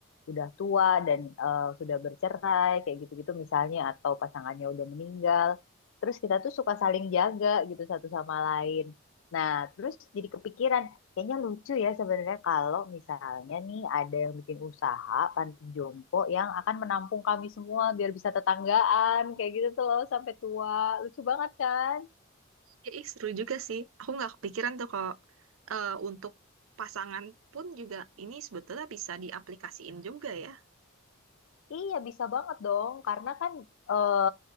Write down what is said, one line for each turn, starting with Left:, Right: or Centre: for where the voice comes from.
Left: udah tua dan eh, sudah bercerai kayak gitu-gitu misalnya atau pasangannya udah meninggal. Terus kita tuh suka saling jaga gitu satu sama lain. Nah, terus jadi kepikiran, kayaknya lucu ya sebenarnya kalau misalnya nih ada yang bikin usaha panti jompo yang akan menampung kami semua biar bisa tetanggaan kayak gitu tuh loh sampai tua. Lucu banget kan?
Right: Iya, ih, seru juga sih. Aku nggak kepikiran tuh kalau eh, untuk pasangan pun juga ini sebetulnya bisa diaplikasiin juga ya.
Left: Iya, bisa banget dong. Karena kan eh,